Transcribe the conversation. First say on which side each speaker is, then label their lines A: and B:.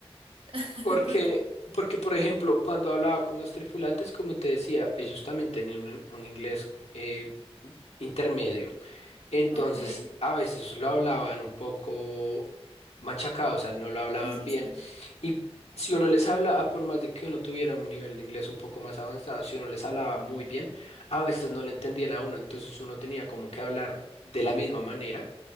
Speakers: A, on the right; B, on the left.
A: <laughs>
B: porque,
A: Porque,
B: porque, por ejemplo, cuando hablaba con los tripulantes, como te decía, ellos también tenían un, un inglés eh, intermedio. Entonces,
A: ok, sí,
B: a veces lo hablaban un poco machacado, o sea, no lo hablaban
A: sí,
B: bien.
A: sí,
B: Y si uno les hablaba, por más de que uno tuviera un nivel de inglés un poco más avanzado, si uno les hablaba muy bien, a veces no le entendían a uno, entonces uno tenía como que hablar de la misma manera